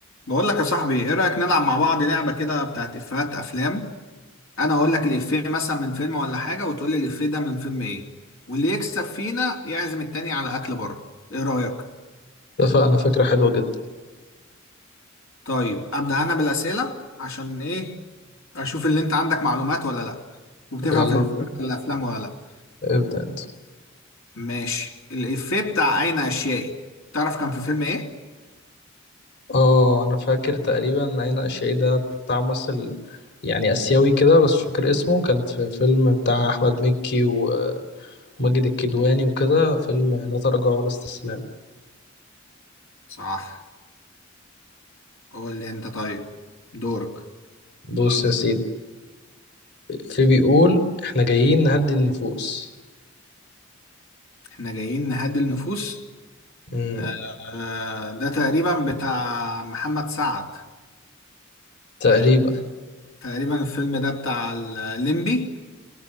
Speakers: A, on the left; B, on the left.
A: بقول لك يا صاحبي ايه رأيك نلعب مع بعض لعبة كده بتاعت افيهات افلام انا اقول لك الافيه مثلا من فيلم ولا حاجة وتقول لي الافيه ده من فيلم ايه واللي يكسب فينا يعزم التاني على اكل بره ايه رأيك
B: اتفقنا فكرة حلوة جدا
A: طيب ابدأ انا بالأسئلة عشان ايه اشوف اللي انت عندك معلومات ولا لا وبتفهم
B: يلا
A: في الافيهات
B: ابدأ
A: ولا الافلام ولا لا
B: ابدأ انت
A: ماشي الافيه بتاع اين اشيائي تعرف كان في فيلم ايه
B: اه انا فاكر تقريبا عين اشعي ده بتاع ممثل يعني اسيوي كده بس مش فاكر اسمه كان في فيلم بتاع احمد مكي وماجد الكدواني وكده فيلم لا تراجع ولا استسلام
A: صح قول لي انت طيب دورك
B: بص يا سيدي في بيقول احنا جايين نهدي النفوس
A: احنا جايين نهدي النفوس
B: امم
A: آه، ده تقريبا بتاع محمد سعد
B: تقريبا
A: تقريبا تقريبا الفيلم ده بتاع الليمبي